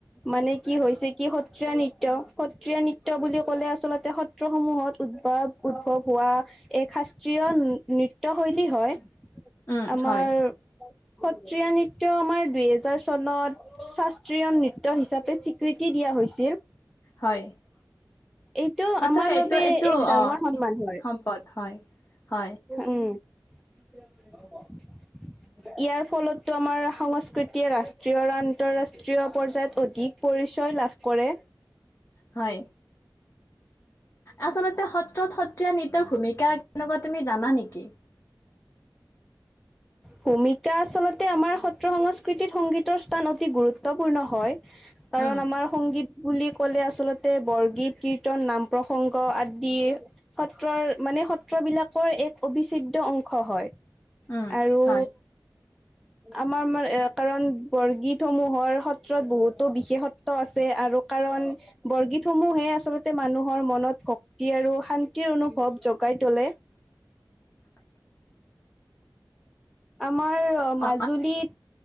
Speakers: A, in the centre; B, on the left.
A: মানে কি হৈছে কি সত্ৰীয়া নৃত্য সত্ৰীয়া নৃত্য বুলি ক'লে আচলতে সত্ৰসমূহত উদ্ভৱ উদ্ভৱ হোৱা এক শাস্ত্ৰীয় নৃত্য শৈলী হয়
B: উম
A: আমাৰ
B: হয়
A: স সত্ৰীয়া নৃত্য আমাৰ দুহেজাৰ চনত শাস্ত্ৰীয় নৃত্য হিচাপে স্বীকৃতি দিয়া হৈছিল <unintelligible>
B: হয়
A: এইটো
B: সঁচাকে
A: আমাৰ
B: এইটো
A: বাবে
B: এইটো
A: এক ডাঙৰ
B: অ
A: সন্মান হয়
B: সম্পদ হয় হয়
A: উম। ইয়াৰ ফলতো আমাৰ সংস্কৃতিয়ে ৰাষ্ট্ৰীয় আৰু আন্তৰাষ্ট্ৰীয় পৰ্যায়ত অধিক পৰি। পৰিচয় লাভ কৰে।
B: হয়। আচলতে সত্ৰত সত্ৰীয়া নৃত্যৰ ভূমিকা কেনেকুৱা তুমি। জানা নেকি।
A: ভূমিকা আচলতে আমাৰ সত্ৰ সংস্কৃতিত সংগীতৰ স্থান অতি গুৰুত্বপূৰ্ণ হয়। কাৰণ
B: উম
A: আমাৰ সংগীত। বুলি ক'লে আচল্তে বৰগীত কীৰ্তন নাম প্ৰসংগ আদিৰ সত্ৰৰ মানে। সত্ৰবিলাকৰ এক অবিচ্ছেদ্য অংশ হয়
B: উম
A: আৰু।
B: হয়
A: আমাৰ এ কাৰণ বৰগীত সমূহৰ সত্ৰত বহুতো বিশেষত্ব আছে আৰু। কাৰণ বৰগীতসমূহে আচলতে মানুহৰ মনত শক্তি আৰু শান্তিৰ অনুভৱ জগাই। থকাই তলে।
B: <inaudible>
A: আমাৰ মাজুলীত।
B: অ